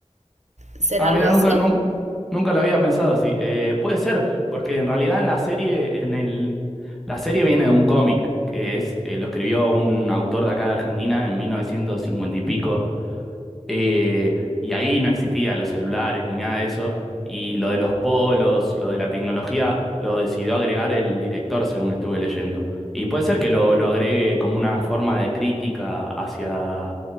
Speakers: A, on the right; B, in the centre.
A: ¿Será
B: Ah,
A: algo
B: mira,
A: así?
B: nunca, nun- nunca, lo había pensado así. Eh, puede ser, porque en realidad en la serie, en el, la serie viene de un cómic, que es, eh, lo escribió un autor de acá de Argentina en 1950 y pico, eh, y ahí no existían los celulares ni nada de eso. Y lo de los polos, lo de la tecnología, lo decidió agregar el director, según estuve leyendo. Y puede ser que lo, lo agregue como una forma de crítica hacia